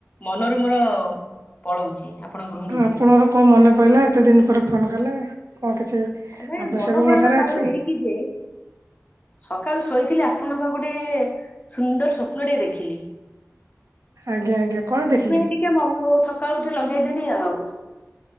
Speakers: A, on the left; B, on the right.
A: ମନରୁ ମୋର ପଳଉଛି ଆପଣ ଗୃହିଣୀ
B: ଆପଣଙ୍କର
A: ବୋଲି।
B: କଣ ମନେ ପଇଲା ଏତେ ଦିନ ପରେ ଫୋନ୍ କଲେ। କଣ କିଛି
A: ନାଇଁ
B: ଆବଶ୍ୟକ
A: ମନ ପଡିଆର
B: ମୋ ଠାରେ
A: କାରଣ
B: ଅଛି
A: ଏହିକି ଯେ ସକାଳୁ ଶୋଇଥିଲି ଆପଣଙ୍କ ଗୋଟିଏ ସୁନ୍ଦର ସ୍ୱପ୍ନ ଟିଏ ଦେଖିଲି।
B: ଆଜ୍ଞା ଆଜ୍ଞା କଣ
A: ସେଥିପାଇଁ
B: ଦେଖିଲେ?
A: ଟିକେ ମନୁ ସକାଳୁ ଉଠି ଲଗେଇଦେଲି ଆଉ।